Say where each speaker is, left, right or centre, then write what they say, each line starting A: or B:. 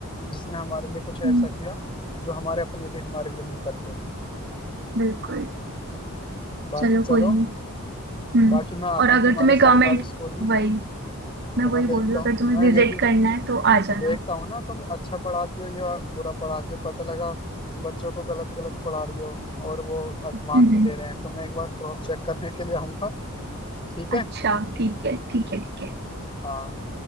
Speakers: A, on the left (about 25°); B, on the right (about 45°).
A: जिसने हमारे लिए कुछ ऐसा
B: हम्म
A: किया जो हमारे अपने भी हमारे लिए नहीं करते
B: बिल्कुल
A: बाकी
B: चलो कोई
A: चलो
B: नहीं हम्म
A: बाकी मैं आता
B: और अगर
A: हूँ तुम्हारे
B: तुम्हें
A: सरकारी
B: गवर्नमेंट
A: स्कूल में
B: वही मैं
A: तो
B: वही
A: मैं देखता
B: बोल रही हूँ
A: हूँ
B: अगर तुम्हें
A: मैं
B: विजिट
A: ये भी
B: करना है तो आ जाना
A: देखता हूँ ना तुम अच्छा पढ़ाती हो या बुरा पढ़ाती हो पता लगा बच्चों को गलत गलत पढ़ा रही हो और वो अ-
B: हम्म
A: मान भी
B: हम्म,
A: ले रहे हैं तो मैं एक बार क्रॉस चेक करने के लिए आऊंगा ठीक है
B: अच्छा ठीक है ठीक है ठीक है
A: हाँ